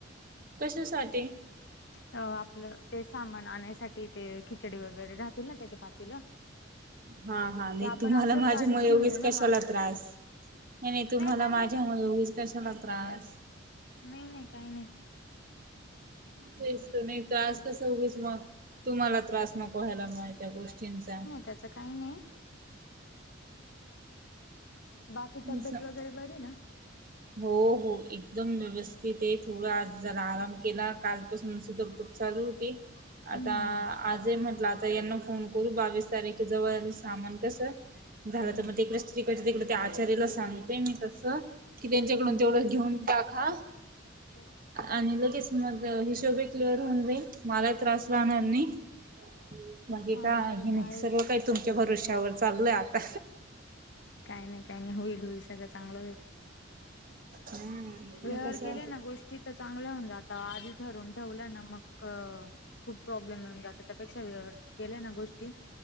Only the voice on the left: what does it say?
अ आपलं ते सामान आणायसाठी ते खिचडी वगैरे राहतील ना त्याच्या पातीला
ते आपण
आपल्याच
गाडीत घेऊन
येऊ ना
मग असं
काही
नाही
नाही नाही काही नाही
त्याच काही नाही बाकी तब्येत
वगैरे बरी ना
हम्म हम्म
हम्म
हम्म
हम्म
हा
ते तर
आहेच
काही नाही काही नाही होईल होईल सगळं चांगलं होईल
व्यवहार
केले ना गोष्टी तर चांगल्या होऊन जात आधी ठरून ठेवलं ना मग खूप प्रॉब्लेम होऊन जातात त्यापेक्षा वेळेत केल्या ना गोष्टी